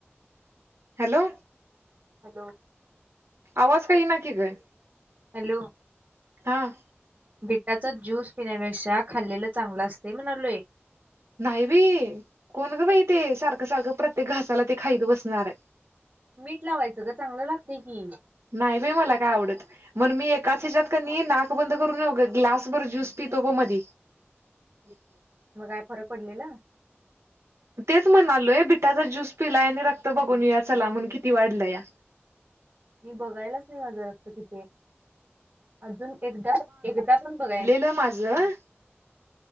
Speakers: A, on the right (about 85°); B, on the right (about 45°).
A: हॅलो.
B: हॅलो.
A: आवाज काही येई ना की गं.
B: हॅलो.
A: हां.
B: बिटाचा ज्यूस पिण्यापेक्षा खाल्लेलं चांगलं असते म्हणालोय.
A: नाही बी कोण गं बाई ते सारखं-सारखं प्रत्येक घासाला ते खाईत बसणार आहे.
B: मीठ लावायचं गं चांगलं लागतय की.
A: नाही बाई मला काय आवडत. मन मी एकाच हेज्यात क नी नाक बंद करून उगं ग्लासभर ज्यूस पितो ब मधी. <inaudible>
B: मग काय फरक पडलेला?
A: तेच म्हणालोय बिटाचा ज्यूस पिलाय आणि रक्त बघून येऊया चला म्हण किती वाढलं या.
B: मी बघायलाच नाही माझा रक्त किती आहे अजून एकदा एकदा पण बघाय नी
A: कलं माझं